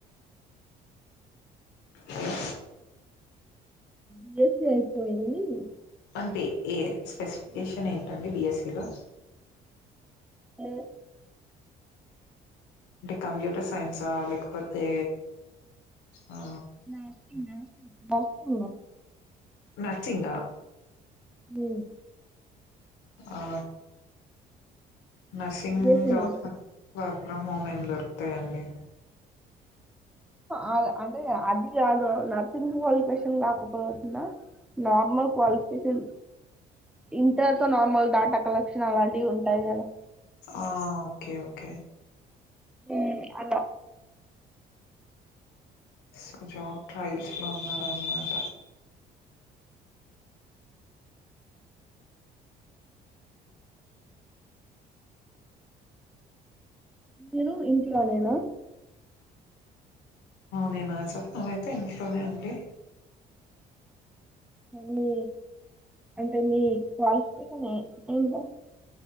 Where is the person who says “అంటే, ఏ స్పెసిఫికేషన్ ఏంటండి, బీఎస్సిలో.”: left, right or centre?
Left